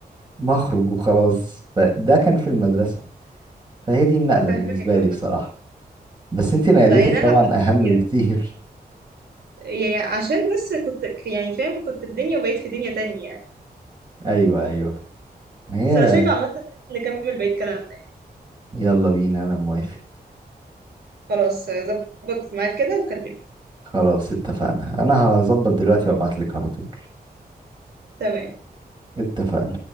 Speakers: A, on the right; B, on the right.
A: ما اخرج وخلاص فده كان في المدرسة فهي دي النقلة
B: فاهماك
A: بالنسبة
B: عامه
A: لي بصراحة بس انتي نقلتك
B: لا هي نقله
A: طبعا
B: عامه
A: اهم
B: كبيره
A: بكتير
B: يعني عشان بس كنت ك- يعني فاهم كنت في دنيا وبقيت في دنيا تانية يعني
A: <laughs> ايوه ايوه ما هي
B: بس انا شايفة عامة لازم نكمل بقية كلامنا يعني.
A: يلا بينا انا موافق
B: خلاص آه، ظبط معاك كده وكلمني
A: خلاص اتفقنا انا هظبط دلوقتي وابعت لك على طول
B: تمام
A: اتفقنا